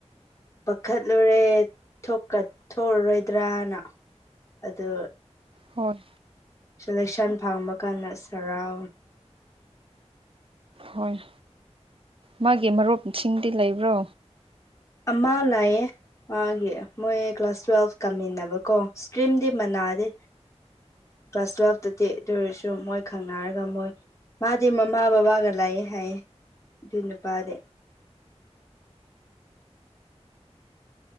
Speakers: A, on the left; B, on the right.
A: ꯄꯥꯈꯠꯂꯨꯔꯦ ꯊꯣꯛꯀ-ꯊꯣꯛꯑꯔꯣꯏꯗ꯭ꯔꯥꯅ ꯑꯗꯨ
B: ꯍꯣꯏ
A: ꯁꯦꯂꯦꯛꯁꯟ ꯐꯪꯕ ꯀꯥꯟꯗ ꯁꯔꯥꯎ
B: ꯍꯣꯏ ꯃꯥꯒꯤ ꯃꯔꯨꯞꯁꯤꯡꯗꯤ ꯂꯩꯕ꯭ꯔꯣ
A: ꯑꯃ ꯂꯥꯏꯌꯦ ꯃꯥꯒꯤ ꯃꯣꯏ ꯀ꯭ꯂꯥꯁ ꯇ꯭ꯋꯦꯜꯐ ꯀꯥꯝꯃꯤꯟꯅꯕꯀꯣ ꯁꯇ꯭ꯔꯤꯝꯗꯤ ꯃꯅꯥꯗꯦ ꯀ꯭ꯂꯥꯁ ꯇ꯭ꯋꯦꯜꯐꯇꯗꯤ ꯑꯗꯨ ꯑꯣꯏꯔꯁꯨ ꯃꯣꯏ ꯈꯪꯅꯔꯒ ꯃꯣꯏ ꯃꯥꯗꯤ ꯃꯃꯥ ꯕꯕꯥꯒ ꯂꯩ ꯍꯥꯏꯌꯦ ꯑꯗꯨ ꯅꯨꯄꯥꯗꯤ